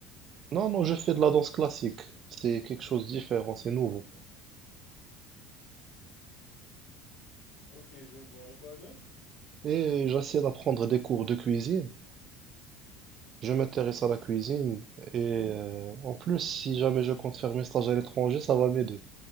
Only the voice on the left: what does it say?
Ok, je vois. Et quoi d'autre?